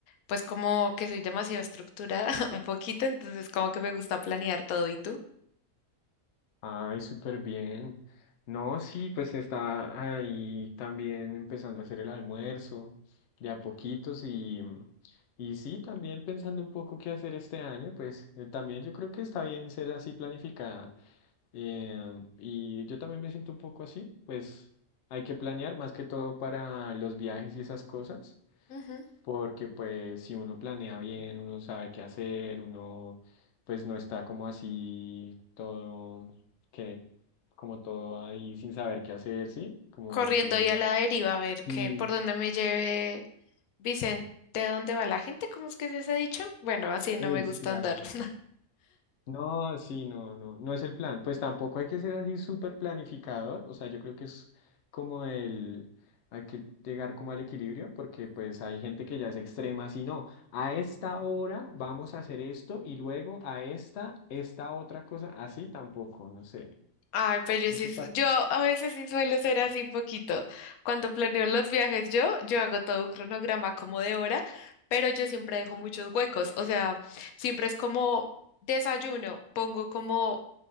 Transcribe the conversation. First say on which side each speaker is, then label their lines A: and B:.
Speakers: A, on the left (about 90°); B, on the left (about 65°).
A: pues como que soy demasiado estructurada <laughs> un poquito, entonces como que me gusta planear todo. ¿Y tú?
B: Ay, súper bien. No, sí, pues está ahí también empezando a hacer el almuerzo de a poquitos y, y sí, también pensando un poco qué hacer este año, pues eh, también yo creo que está bien ser así planificada. Em, y yo también me siento un poco así, pues hay que planear más que todo para los viajes y esas cosas.
A: Ujú.
B: porque pues si uno planea bien, uno sabe qué hacer, uno pues no está como así todo, que como todo ahí sin saber qué hacer, ¿sí? Como
A: Corriendo
B: así,
A: y a la deriva a ver
B: sí,
A: qué, por dónde me lleve Vicente, dónde va la gente, ¿cómo es que se ha dicho? Bueno, así no
B: uy,
A: me gusta
B: sí, algo
A: andar.
B: así.
A: <laughs>
B: No, sí, no, no, no es el plan. Pues tampoco hay que ser así súper planificador. O sea, yo creo que es como el, hay que llegar como al equilibrio, porque pues hay gente que ya es extrema, así no, a esta hora vamos a hacer esto y luego a esta, esta otra cosa, así tampoco, no sé.
A: Ay, pues yo
B: ¿No
A: sí,
B: te parece?
A: yo a veces sí suelo ser así un poquito. Cuando planeo los viajes, yo, yo hago todo un cronograma como de hora, pero yo siempre dejo muchos huecos. O sea, siempre es como desayuno, pongo como